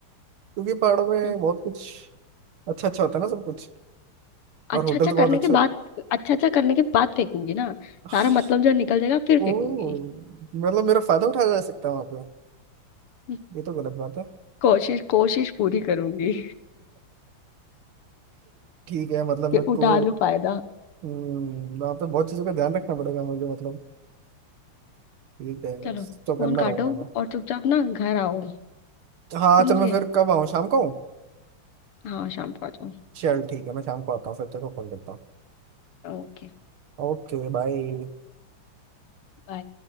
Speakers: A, on the right; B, on the left.
A: क्योंकि पहाड़ों में
B: हम्म,
A: बहुत कुछ अच्छा अच्छा होता है ना सब कुछ
B: अच्छा
A: और होटल्स
B: अच्छा
A: बहुत
B: करने
A: अच्छे
B: के
A: होते
B: बाद अच्छा अच्छा करने के बाद फेंकूंगी ना
A: हैं।
B: सारा मतलब जो निकल जाएगा फिर
A: ओह
B: फेंकूंगी
A: मतलब मेरा फायदा उठाया जा सकता है वहां पे
B: हम्म,
A: ये तो गलत बात है
B: कोशिश कोशिश पूरी करूंगी
A: ठीक है मतलब
B: कि
A: मेरे
B: उठा
A: को
B: लूं फायदा
A: हम्म, वहाँ पे बहुत चीज़ों का ध्यान रखना पड़ेगा मुझे मतलब ठीक है
B: चलो
A: तो करना
B: फोन
A: रहूंगा
B: काटो
A: मैं
B: और चुपचाप ना घर आओ
A: हाँ
B: समझ
A: चल मैं
B: गए
A: फिर कब आऊँ शाम को आऊँ
B: हाँ शाम को आ जाओ
A: चल ठीक है मैं शाम को आता हूँ फिर तेरे को कॉल करता हूँ
B: Okay
A: Okay bye
B: bye